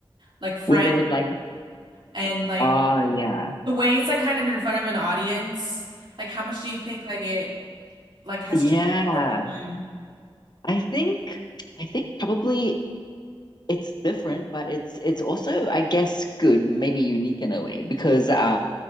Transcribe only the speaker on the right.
like Friends
and like
the way it's like kind of in front of an audience? Like how much do you think like it like has
changed over time?